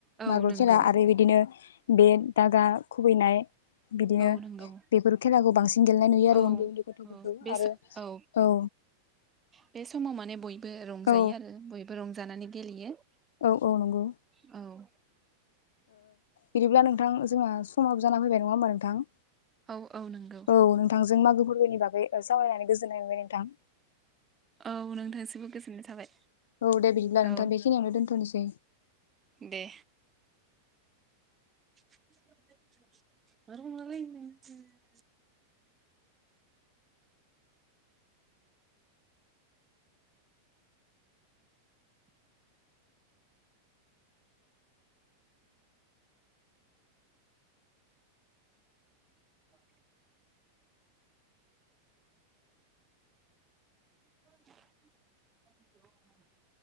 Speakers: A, on the right; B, on the left.
A: औ
B: मार्बल
A: नंगौ
B: खेला आरो बिदिनो बे दागा खुबैनाय बिदिनो
A: औ नंगौ
B: बेफोर खेलाखौ बांसिन गेलेनाय नुयो आरो
A: औ
B: उन्दै उन्दै गथ'फोरखौ
A: औ बे
B: आरो
A: औ
B: ओ
A: बे समाव माने बयबो रंजायो
B: औ
A: आरो बयबो रंजानानै गेलेयो।
B: औ औ नंगौ।
A: औ
B: बिदिब्ला नोंथां जोंना समाबो जाना फैबाय नङा होमबा नोंथां?
A: औ औ नंगौ
B: औ नोंथांजों मागो फोरबोनि बागै सावरायनानै गोजोननाय मोनबाय नोंथां।
A: औ नोंथांनिसिमबो गोजोननाय थाबाय।
B: औ दे बिदिब्ला नोंथां
A: औ
B: बेखिनियावनो दोनथ'नोसै।
A: दे। <unintelligible> <inaudible> <inaudible>